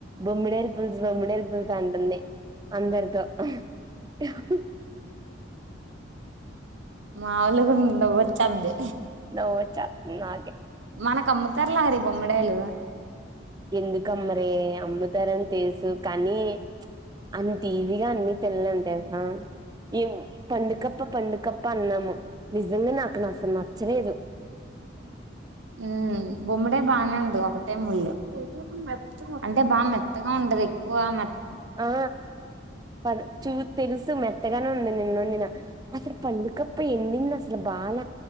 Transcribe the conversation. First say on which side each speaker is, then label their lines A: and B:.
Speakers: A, on the right; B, on the right.
A: బొమ్మిడేల్ పుల్స్, బొమ్మిడేల్ పుల్స్ అంటుంది అందరితో అహ్ హెహు
B: మాములుగుందా వచ్చేది
A: నవ్ వచ్చత్తాంది నా
B: మనకు అమ్ముతారు లారి బొమ్మిడాయలు
A: ఎందుకమ్మరే అమ్ముతారని తెలుసు కానీ చ్ అంత ఇజిగా అన్ని తెల్ంటే అ ఎం పండుగ ప్ప పండుకప్ప అన్నాము నిజంగా నాకు నాసలు నచ్చలేదు.
B: ఉమ్ బొమ్మడే బానే ఉంటది ఒకటే ముళ్ళు మెత్త అంటే బాగా మెత్తగా ఉండదు ఎక్కువ మ
A: ఆ పర్ చూ తెలుసు మెత్తగా ఆ నిన్నండిన అసలు పండుకప్ప ఎండింది అసలు బాల